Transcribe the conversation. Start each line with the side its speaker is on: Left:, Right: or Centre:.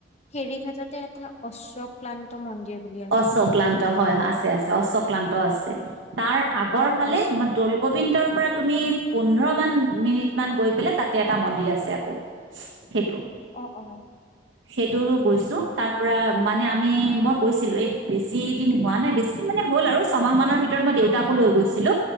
Left: হেৰীঘাটতে এটা অশ্ব, ক্লান্ত মন্দিৰ বুলি আছে
Right: অশক্লান্ত হয় আছে আছে অশক্লান্ত আছে। তাৰ আগৰ
Left: অ
Right: ফালে
Left: অশ্ব
Right: আমাৰ দলগোবিন্দৰ পৰা তুমি পোন্ধৰ মান মিনিট মান গৈ পেলাই তাতে এটা মন্দিৰ আছে আকৌ। সেইটো
Left: অ অ
Right: সেইটোৰো গৈছো
Left: উম
Right: তাৰ পৰা মানে আমি মই গৈছিলো এই বেছি দিন হোৱা নাই বেছি দিন মানে হ'ল আৰু ছমাহ মানৰ ভিতৰত মই দেউতাকো লৈ গৈছিলো।